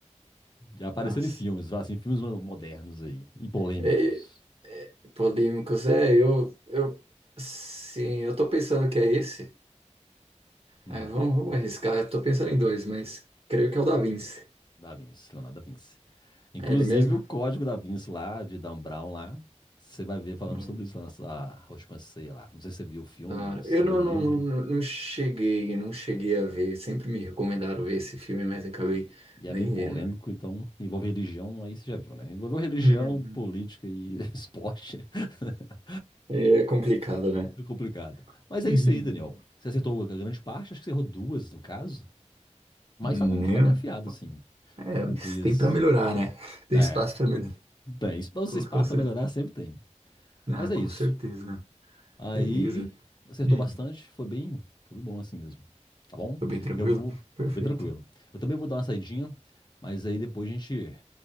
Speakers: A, on the left; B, on the right.
A: Já apareceu
B: Nossa.
A: em filmes, assim, filmes modernos aí, e polêmicos.
B: Eh, eh, polêmicos. É, eu, eu. Sim, eu tô pensando que é esse.
A: Hum,
B: Ah, vamos, vamos arriscar. Eu tô pensando em dois, mas creio que é o da Vinci.
A: da Vinci, Leonardo da Vinci. Inclusive
B: É ele mesmo?
A: o código da Vinci lá, de Dan Brown lá, você vai ver falando
B: Boa.
A: sobre isso lá nessa última ceia lá. Não sei se você viu o filme
B: Da
A: ou
B: hora.
A: se
B: Eu
A: você leu
B: não,
A: o livro,
B: não, não, não não cheguei, não cheguei a ver. Sempre me recomendaram ver esse filme, mas acabei
A: e
B: nem
A: é meio polêmico,
B: vendo.
A: então envolve religião, aí você já viu, né? Envolveu religião,
B: Uhum.
A: política e <laughs> esporte, <laughs>
B: É complicado, né?
A: é complicado. Mas
B: Uhum.
A: é isso aí, Daniel. Você acertou a grande parte, acho que você errou duas no caso, mas
B: Não.
A: tá bom, você tá bem afiado assim,
B: É,
A: com
B: mas
A: o quiz.
B: tem pra melhorar, né? <laughs> Tem
A: É,
B: espaço pra melhorar.
A: bem, isso pra vocês
B: Com, com
A: passam
B: certeza.
A: pra melhorar, sempre tem.
B: Ah,
A: Mas
B: com
A: é isso.
B: certeza.
A: Aí
B: Beleza.
A: acertou
B: Hum.
A: bastante, foi bem, foi bem bom assim mesmo. Tá bom?
B: Tô bem tranquilo?
A: Eu vou,
B: Perfeito.
A: foi bem tranquilo. Eu também vou dar uma saidinha, mas aí depois a gente,